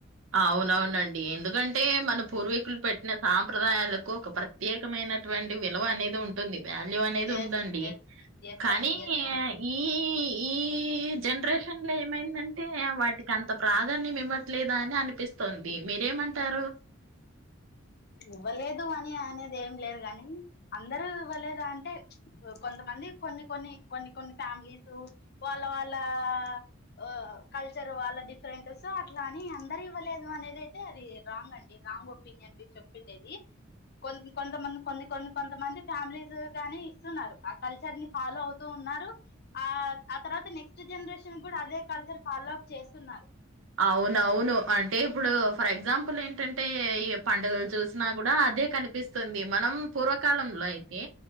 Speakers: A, on the right (about 80°); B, on the left (about 55°).
A: అవునవునండి ఎందుకంటే మన పూర్వీకులు పెట్టిన సాంప్రదాయాలకు ఒక ప్రత్యేకమైనటువంటి విలువ అనేది ఉంటుంది. వాల్యూ అనేది
B: ఎస్
A: ఉందండి
B: ఎస్ ఎస్
A: కానీ
B: అండి ఎస్ అండి
A: ఈ ఈ ఈ జనరేషన్ లో ఏమైందంటే, అ వాటికి అంత. ప్రాధాన్యం ఇవ్వట్లే. ఇలానే అని అనిపిస్తుంది, మీరేమంటారు.
B: ఇవ్వలేదు అని అనేది ఏం లేదు గానీ, అందరూ ఇవ్వలేదు అంటే, కొంతమంది కొన్ని కొన్ని కొన్ని కొన్ని ఫ్యామిలీసు, వాళ్ళ వాళ్ళా ఒ, కల్చర్ వాళ్ళ డిఫరెంట్స్ అట్లా అని అందరు ఇవ్వలేదు అనేది అయితే అది రాంగ్ అండి. రాంగ్ ఒపీనియన్ చెప్పిండేది, కొ కొంతమంది కొన్నీ కొన్నీ కొంతమంది ఫ్యామిలీస్ గాని, ఇస్తున్నారు, ఆ కల్చర్ ని ఫాలో అవుతూ ఉన్నారు, ఆ ఆ తర్వాత నెక్స్ట్ జనరేషన్ కూడా అదే కల్చర్ ఫాలో అప్ చేస్తున్నారు.
A: అవునవును, అంటే ఇప్పుడు, ఫర్ ఎగ్జాంపుల్ ఏంటంటే, ఈ పండుగలు చూసినా కూడా అదే కనిపిస్తుంది, మనం పూర్వకాలంలో అయితే,